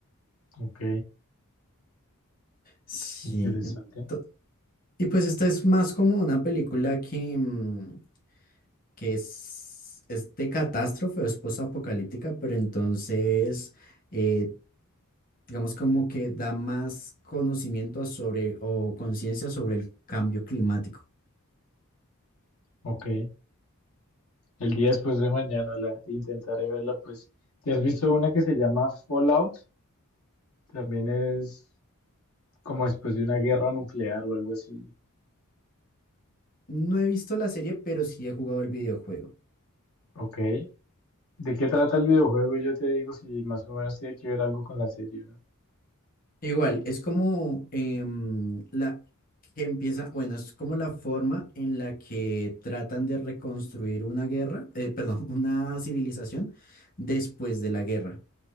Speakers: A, on the left (about 70°); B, on the left (about 40°).
A: Ok,
B: Sí.
A: es interesante.
B: ento- y pues esta es más como una película que, mm, que es, es de catástrofe o es posapocalíptica, pero entonces, eh, digamos como que da más conocimiento sobre o conciencia sobre el cambio climático.
A: Ok. El día después de mañana la intentaré verla, pues. ¿Te has visto una que se llama Fallout? También es como después de una guerra nuclear o algo así.
B: No he visto la serie, pero sí he jugado el videojuego.
A: Ok. ¿De qué trata el videojuego? Yo te digo si más o menos tiene que ver algo con la serie, ¿no?
B: Igual, es como em, la que empieza, bueno, es como la forma en la que tratan de reconstruir una guerra, eh, perdón, <laughs> una civilización después de la guerra.